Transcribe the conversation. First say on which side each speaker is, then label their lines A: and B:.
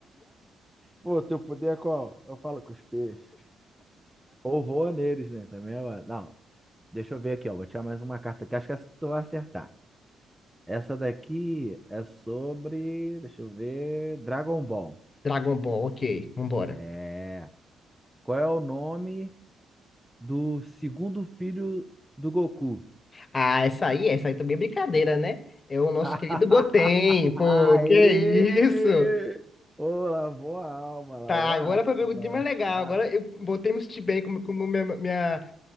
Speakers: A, in the centre; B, on the left.
A: Pô, teu poder é qual? Eu falo com os peixes. Ou voa neles, né? Também é. uma- Não, deixa eu ver aqui, ó. Vou tirar mais uma carta aqui. Acho que é essa que tu vai acertar. Essa daqui é sobre. Deixa eu ver. Dragon Ball.
B: Dragon Ball, ok, vambora.
A: É. Qual é o nome do segundo filho do Goku?
B: Ah, essa aí, essa aí também é brincadeira, né? É o nosso
A: <laughs>
B: querido Goten, pô,
A: Aê!
B: que é isso?
A: Ô, lavou a alma, lavou
B: Tá, agora
A: a
B: foi bem mais legal.
A: alma.
B: Agora eu botei me sentir bem como, como minha, minha,